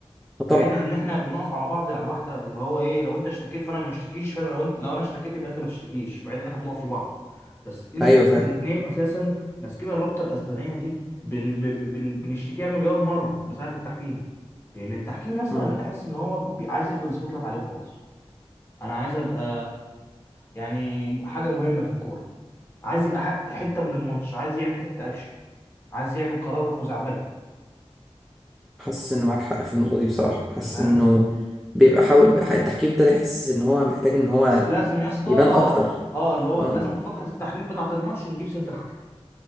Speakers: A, on the left (about 20°); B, in the centre.
A: بعيدا
B: طبعا
A: عن ان احنا بنقف على بعض على الواحده اللي هو ايه لو انت اشتكيت فانا ما اشتكيش فانا لو انت لو انا اشتكيت يبقى انت ما تشتكيش بعيدا ان احنا بنقف لبعض بس انتوا
B: ايوه فاهم
A: الاثنين اساسا ماسكين الرابطه الاسبانيه دي بن بن بن بنشتكيها مليار مره بسبب التحكيم لان التحكيم اصلا
B: امم
A: بقيت احس ان هو بي- عايز ياخد السبوت لايت عليه وخلاص انا عايز ابقى يعني حاجه مهمه في الكوره عايز يبقى ح- حته من الماتش عايز يعمل حته اكشن عايز يعمل قرار خزعبلي
B: حاسس ان معاك حق في النقطة دي بصراحة
A: انت
B: حاسس
A: فاهم
B: انه بيبقى حاول بقى التحكيم ابتدى يحس ان هو محتاج ان هو
A: لازم يا اسطى
B: يبان
A: اه
B: اكتر
A: اه اللي هو
B: آه.
A: لازم في فقره التحليل بتاعه الماتش نجيب سيره الحكم